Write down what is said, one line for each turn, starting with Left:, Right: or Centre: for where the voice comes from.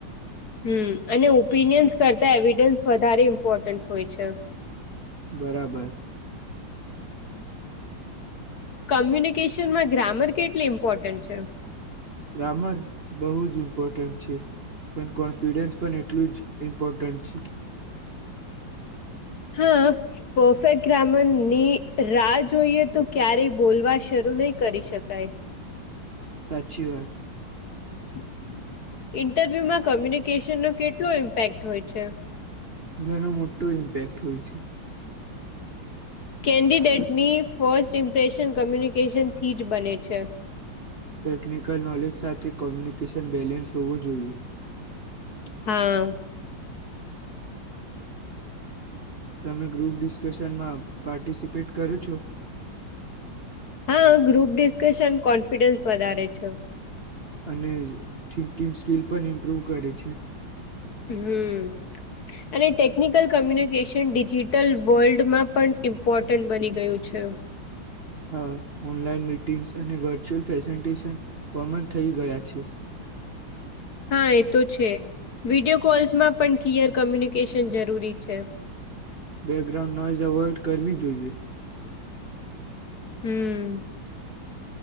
Left: હમમ અને ઓપિનિયન્સ કરતા એવિડન્સ વધારે ઇમ્પોર્ટન્ટ હોય છે.
Right: બરાબર
Left: કમ્યુનિકેશનમાં ગ્રામર કેટલી ઇમ્પોર્ટન્ટ છે?
Right: ગ્રામર બો જ ઇમ્પોર્ટન્ટ છે પણ કોન્ફિડન્સ પણ એટલું જ ઇમ્પોર્ટન્ટ છે.
Left: હા પરફેક્ટ ગ્રામર ની રાહ જોઈએ તો ક્યારે બોલવા શરૂ નહી કરી શકાય.
Right: સાચી વાત
Left: <inaudible> ઇન્ટરવ્યુમાં કમ્યુનિકેશન ન કેટલો ઇમ્પેક્ટ હોય છે?
Right: ઘણું મોટું ઇમ્પેક્ટ હોય છે.
Left: કેન્ડિડેટની ફર્સ્ટ ઇમ્પ્રેશન કમ્યુનિકેશનથી જ બને છે.
Right: ટેકનિકલ નોલેજ સાથે કોમ્યુનિકેશન બેલેન્સ હોવું જોઈએ.
Left: હા
Right: તમે ગ્રુપ ડિસ્કશનમાં પાર્ટિસિપેટ કરો છો?
Left: હા ગ્રુપ ડિસ્કશન કોન્ફિડન્સ વધારે છે.
Right: અને થિંકિંગ સ્કીલ પણ ઇમ્પ્રુવ કરે છે.
Left: હમમ અને ટેકનિકલ કમ્યુનિકેશન ડિજિટલ વર્લ્ડમાં પણ ઇમ્પોર્ટન્ટ બની ગયું છે.
Right: હા ઓનલાઈન મિટિંગ્સ અને વર્ચ્યુઅલ પ્રેઝન્ટેશન કોમન થઈ ગયા છે.
Left: હા એ તો છે વિડીયો કોલ્સમાં પણ ક્લિયર કમ્યુનિકેશન જરૂરી છે.
Right: બેકગ્રાઉન્ડ નોઇઝ અવોઇડ કરવી જોઈએ.
Left: હમમ